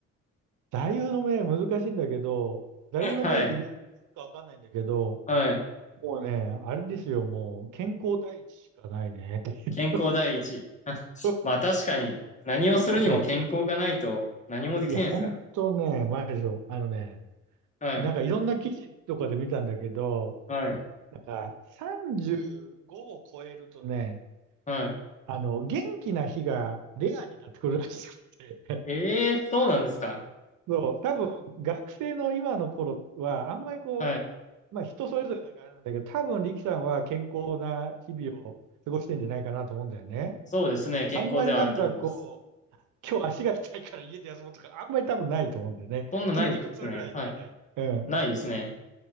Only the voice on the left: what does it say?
はい。はい。
健康第一。<laughs> あまあ確かに、
何をするにも健康がないと何もできないですからね。
はい。
はい。
はい。
ええそうなんですか。
はい。
そうですね。健康ではあると思います。
そんなないですね。
はい。
ないですね。